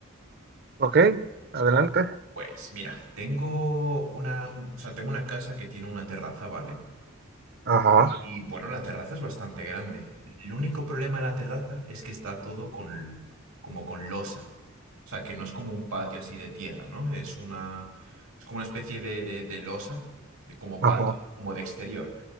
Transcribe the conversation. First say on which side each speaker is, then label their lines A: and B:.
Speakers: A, on the right; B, on the right.
A: ok, adelante.
B: Pues mira, tengo una, o sea, tengo una casa que tiene una terraza, ¿vale?
A: Ajá,
B: Y bueno, la terraza es bastante grande. El único problema de la terraza es que está todo con, como con losa. O sea, que no es como un patio así de tierra, ¿no? Es una, es como una especie de, de, de losa, de como
A: ajá.
B: patio, como de exterior.